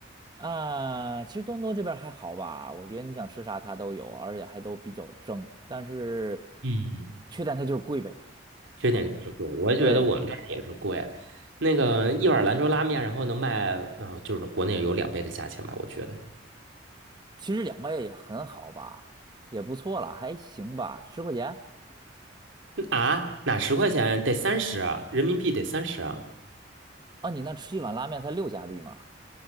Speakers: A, on the right; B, on the right.
A: 啊，其实多伦多这边儿还好吧，我觉得你想吃啥它都有，而且还都比较正，但是
B: 嗯，
A: 缺点它就是贵呗。
B: 缺点就是贵，我觉得我们这儿也是贵。
A: 对，
B: 那个一碗兰州拉面，然后能卖，嗯，就是国内有两倍的价钱吧，我觉得。
A: 其实两位也很好吧，也不错了，还行吧，十块钱
B: 嗯啊，哪十块钱得三十啊，人民币得三十啊。
A: 啊，你那吃一碗拉面才六加币吗？